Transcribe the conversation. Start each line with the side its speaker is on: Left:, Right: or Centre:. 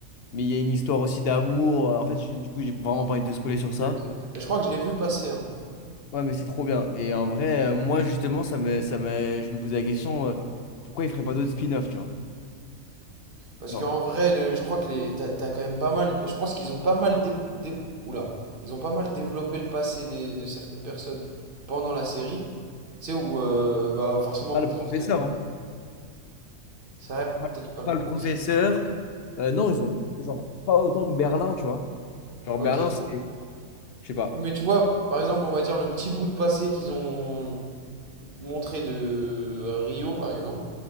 Left: Mais il y a une histoire aussi d'amour. euh, En fait, j'ai- du coup, j'ai vraiment pas envie de te spoiler sur
Right: Ok,
Left: ça.
Right: ok. Mais je crois que je l'ai vu passer, hein.
Left: Ouais, mais c'est trop bien. Et en vrai, euh, moi, justement, ça me, ça me, je me posais la question, euh, pourquoi ils feraient pas d'autres spin-off, tu vois?
Right: Parce
Left: non
Right: qu'en vrai, le- je crois que les, t'as, t'as quand même pas mal. Je pense qu'ils ont pas mal dé, dé- oula. Ils ont pas mal développé le passé des- de certaines personnes pendant la série. Tu sais, où, euh, bah, forcément
Left: pas
Right: pour
Left: le professeur,
Right: faire tenir.
Left: hein.
Right: C'est vrai,
Left: Pas
Right: peut-être pas le
Left: pas
Right: professeur.
Left: le professeur. Euh, non, ils ont, genre, pas autant que Berlin, tu vois. Genre,
Right: Ok.
Left: Berlin, c'est, je sais pas.
Right: Oui, mais tu vois, par exemple, on va dire le petit bout de passé qu'ils ont. montré de Rio, par exemple,